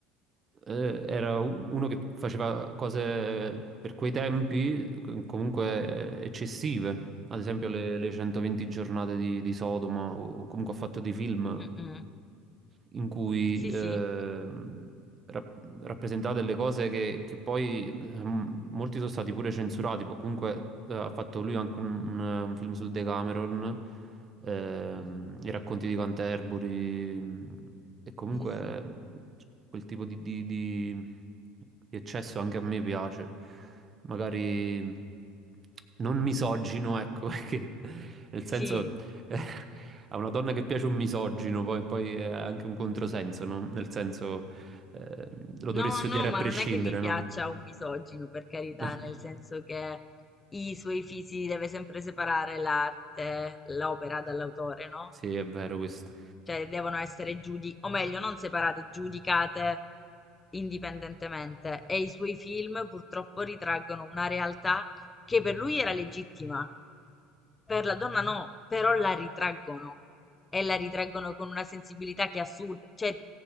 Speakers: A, on the right (about 35°); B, on the left (about 20°).
A: eh, era u- uno che faceva cose per quei tempi co- comunque eh, eccessive, ad esempio le, le 120 giornate di, di Sodoma, o comunque ha fatto dei film
B: mm-mm.
A: in cui
B: Sì,
A: ehm,
B: sì.
A: rap- rappresentava delle cose che, che poi ehm, molti sono stati pure censurati, poi comunque eh, ha fatto lui anche un, un- un film sul Decameron ehm,
B: Mhm.
A: i racconti di Canterbury mh, e comunque
B: Sì, sì.
A: mh, quel tipo di, di- di- di eccesso anche a me piace, magari mh, non misogino, ecco, <laughs> perché nel
B: Sì.
A: senso eh, a una donna che piace un misogino poi, poi è anche un controsenso, no? Nel senso eh, lo
B: No,
A: dovresti
B: no,
A: odiare a
B: ma
A: prescindere,
B: non è che mi piaccia
A: no? <laughs>
B: un misogino, per carità,
A: No.
B: nel senso che i suoi fisi deve sempre separare l'arte, l'opera dall'autore, no?
A: Sì, è vero questo.
B: Cioè devono essere giudi o meglio, non separate, giudicate indipendentemente. E i suoi film purtroppo ritraggono una realtà che per lui era legittima, per la donna no, però la ritraggono e la ritraggono con una sensibilità che è assurda. Cioè,